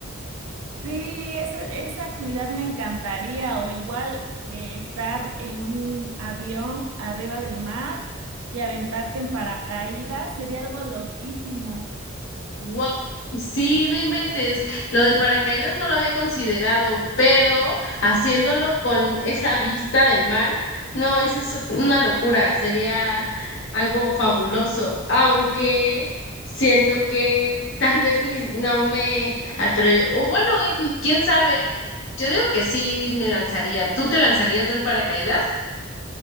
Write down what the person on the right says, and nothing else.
Sí, esa, esa actividad me encantaría, o igual que estar en un avión arriba del mar y aventarte en paracaídas, sería algo loquísimo.